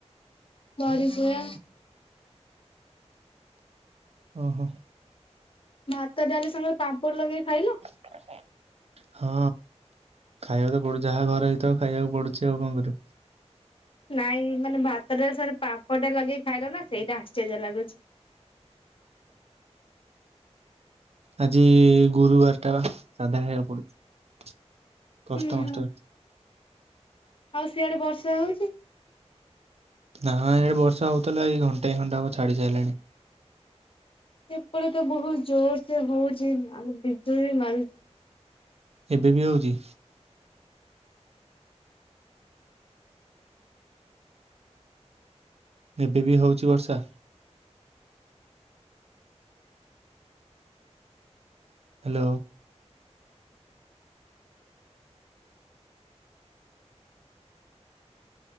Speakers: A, on the left; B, on the right.
A: ବଡ଼ିଚୁରା।
B: ଓ ହୋ।
A: ଭାତ ଡାଲି ସାଙ୍ଗରେ ପାମ୍ପଡ଼ ଲଗେଇକି ଖାଇଲ?
B: <unintelligible> ହଁ ଖାଇବା ତ ପଡୁ ଯାହା ଘର ହେଇଥିବ ଖାଇବାକୁ ପଡୁଛି ଆଉ କଣ କରିବୁ।
A: ନାଇଁ ମାନେ ଭାତ, ଡାଲି ସାଙ୍ଗରେ ପାମ୍ପଡ଼ ଟା ଲଗେଇ ଖାଇଲ ନା ସେଇଟା ଆଶ୍ଚର୍ଯ୍ୟ ଲାଗୁଛି।
B: ଆଜି ଗୁରୁବାର ଟା ବା ସାଧା ଖାଇବା ପଡୁଛି କଷ୍ଟମଷ୍ଟରେ।
A: ହୁଁ ହୁଁ ଆଉ ସିଆଡେ ବର୍ଷା ହଉଛି?
B: ନା ଇଆଡ଼େ ବର୍ଷା ହେଉଥିଲା ଏଇ ଘଣ୍ଟାଏ ଖଣ୍ଡେ ହେବ ଛାଡ଼ି ସାରିଲାଣି।
A: ସେପଟେ ତ ବହୁତ ଜୋର ସେ ହଉଛି, ଆଉ ବିଜୁଳି ବି ମାରୁଛି।
B: ଏବେ ବି ହଉଛି? ଏବେ ବି ହେଉଛି ବର୍ଷା? ହ୍ୟାଲୋ।